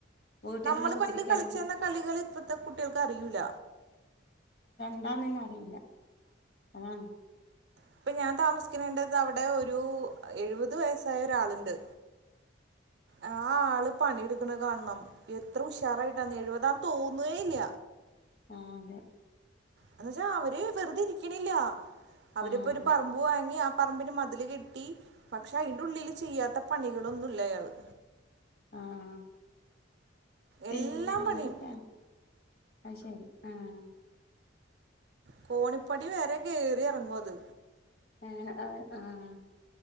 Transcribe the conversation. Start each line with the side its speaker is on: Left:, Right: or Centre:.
Left: വീട്ടിനുള്ള
Right: നമ്മൾ
Left: കുത്തിരിക്ക
Right: കണ്ട് കളിച്ചെന്ന
Left: അല്ലെങ്കിൽ
Right: കളികൾ ഇപ്പത്തെ കുട്ടികൾക്ക് അറിയിൂല
Left: ഉണ്ടന്ന തന്നെ അറിയില്ല അതാണ്
Right: ഇപ്പൊ ഞാൻ താമസിക്കേണ്ടത് അവിടെ ഒരു എഴുപത് വയസായ ഒരാളുണ്ട്
Left: <inaudible>
Right: ആ ആള് പണിെടുക്കണ കാണണം എത്ര ഉഷാറായിട്ടാന്ന് എഴുപതാന്ന് തോന്നേ ഇല്ല
Left: ആഹ അതെ
Right: എന്ന വച്ചാ അവര് വെറുത ഇരിക്കണില്ല അവരിപ്പോൊ
Left: ആഹ്
Right: ഒരു പറമ്പ് വാങ്ങി പറമ്പിന് മതില് കെട്ടി പക്ഷെ അയിന്റെ ഉള്ളില് ചെയ്യാത്ത പണികളൊന്നുംല്ലയാള്
Left: ആഹ പിന്നെ
Right: എല്ലാം
Left: അങ്ങനെയൊക്കെ
Right: പണിയും
Left: അ ശരി ആഹ
Right: കോണിപ്പടി വേരെ കയറി ഇറങ്ങുംത്
Left: ആഹ് അ ആഹ്